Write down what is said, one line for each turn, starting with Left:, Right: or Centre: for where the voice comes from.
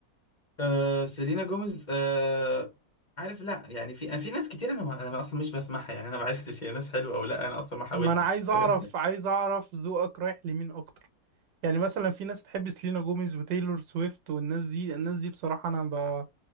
Left: آه سيلينا جوميز آه عارف لا يعني في في ناس كتير انا ما انا اصلا مش بسمعها يعني انا ما عرفتش هي ناس حلوه او لا انا اصلا ما حاولتش
Right: ما انا عايز اعرف
Left: فاهم؟
Right: عايز اعرف ذوقك رايح لمين اكتر يعني مثلا في ناس تحب سيلينا جوميز وتايلور سويفت والناس دي الناس دي بصراحة انا ب...